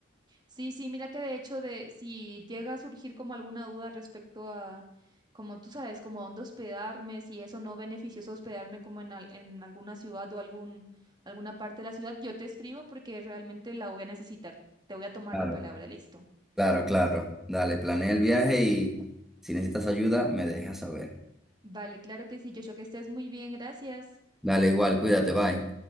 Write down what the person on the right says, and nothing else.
Sí, sí, mira que de hecho de si llega a surgir como alguna duda respecto a, como tú sabes, como dónde hospedarme, si eso no beneficioso hospedarme como en, al- en alguna ciudad o algún, alguna parte de la ciudad, yo te escribo porque realmente la voy a necesitar. Te voy a tomar
la palabra, listo.
Vale, claro que sí, Joshua, que estés muy bien, gracias.